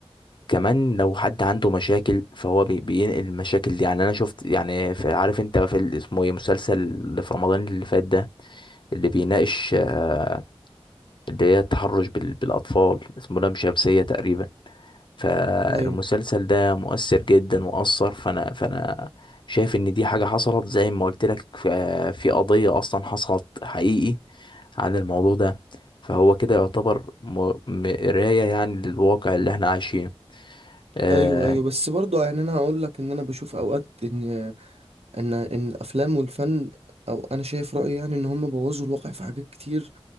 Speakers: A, on the left (about 50°); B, on the right (about 80°).
A: كمان لو حد عنده مشاكل فهو بي- بينقل المشاكل دي يعني انا شفت يعني في- عارف انت في ال- اسمه ايه مسلسل اللي في رمضان اللي فات ده اللي بيناقش آه، اللي هي التحرش بال- بالاطفال اسمه لام شمسية تقريبا فالمسلسل
B: ايوه
A: ده مؤثر جدا وأثر فأنا فأنا شايف إن دي حاجة حصلت زي ما قلت لك ف- في قضية أصلا حصلت حقيقي عن الموضوع ده فهو كده يعتبر م- م- مراية يعني للواقع اللي احنا عايشينه آه
B: ايوه ايوه بس برضو يعني انا هقول لك ان انا بشوف اوقات ان ان ان الافلام والفن او انا شايف رايي يعني ان هم بوظوا الواقع في حاجات كتير